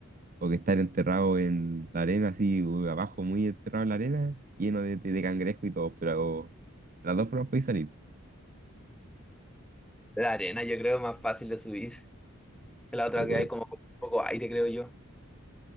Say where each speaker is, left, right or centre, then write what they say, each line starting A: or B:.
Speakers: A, on the right; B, in the centre.
A: o que estar enterrado en la arena, así u- abajo, muy enterrado en la arena, lleno de, de, de cangrejo y todo, pero de las dos formas podéis salir.
B: la arena yo creo es más fácil de subir. La otra
A: O,
B: que hay
A: eh,
B: como con poco aire, creo yo.